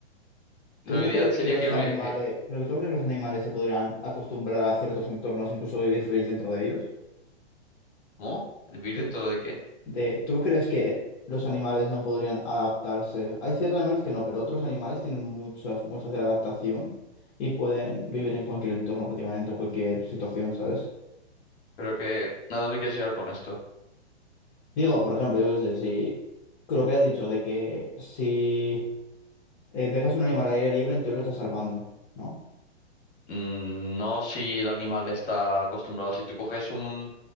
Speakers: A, on the left (about 50°); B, on the left (about 35°).
A: lo
B: ¿Tú no
A: ideal
B: crees
A: sería
B: que los
A: que no
B: animales,
A: hubiera que...
B: pero tú no crees que los animales se podrían acostumbrar a ciertos entornos, incluso vivir feliz dentro de ellos?
A: ¿Cómo? ¿Vivir
B: ¿Tú,
A: dentro de qué?
B: de, ¿tú crees que los animales no podrían adaptarse? Hay ciertos animales que no, pero otros animales tienen mucha, muy fácil adaptación y pueden vivir en cualquier entorno, prácticamente en cualquier situación, ¿sabes?
A: Pero que... ¿A dónde quieres llegar con esto?
B: Digo, por ejemplo, yo qué sé, si con lo que has dicho de que si eh, dejas un animal al aire libre, entonces lo estás salvando, ¿no?
A: Mm, no si el animal está acostumbrado. Si tú coges un,